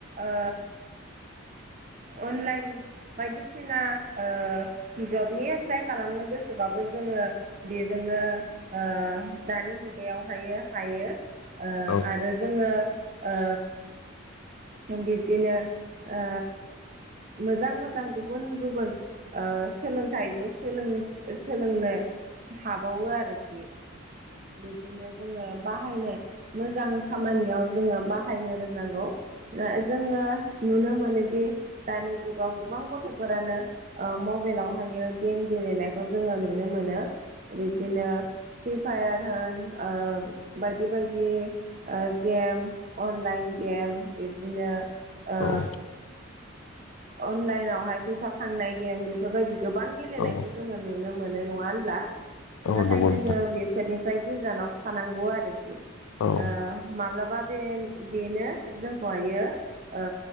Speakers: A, on the right; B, on the left.
A: ओ अनलाइन बायदिसिना ओ जबनि एप्लाइ खालामनो गोसोबाबो जोङो बेजोंङो ओ दानि मुगायावहायो हायो ओ
B: औ
A: आरो जोङो ओ बिब्दिनो ओ मोजां मोजां गुबुन गुबुन ओ सोलोंथाइबो सोलों-सोलोंनो हाबावो आरोखि बिब दिनो जोङो बाहायनो मोजां खामानियाव जोङो बाहायनो रोंनांगौ ओ जोङो नुनो मोनोदि दानि जुगाव गोबां गथ'फोरानो ओ मबेलावहायो गेम गेलेनायखौ जोङो नुनो मोनो बिब्दिनो फ्रि फायार होन ओ बायदि बायदि ओ गेम अनलाइन गेम बिब्दिनो ओ
B: औ
A: अनलाइनावहाय फैसा थांनाय गेम बेफोरबायदि गोबां गेलेनायफोर
B: औ
A: जोङो नुनो मोनो नङा होनब्ला
B: औ
A: नाथाय
B: नंगौ
A: जोङो
B: नोंथां
A: बे फोरनिफ्राय गोजानाव थानांगौ आरोखि ओ
B: औ
A: माब्लाबा बे-बेनो जोंखौहायो ओ